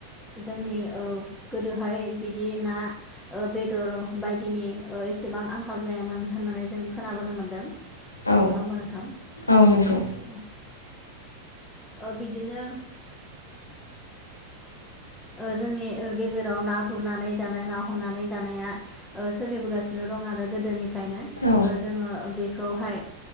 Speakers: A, in the centre; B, on the left.
A: जोंनि ओ गोदोहाय बिदि ना बेदर बायदिनि ओ एसेबां आंखाल जायामोन होननानै जों खोनाबोनो मोन्दों। नङा
B: औ
A: होनबा नोंथां
B: औ नंगौ
A: ओ ओ बिदिनो ओ जोंनि ओ गेजेराव ना गुरनानै जानाय ना हमनानै जानाया ओ सोलिबोगासिनो दं आरो गोदोनि मफ्रायनो ओ
B: औ
A: जोङो बेखौ खौहाय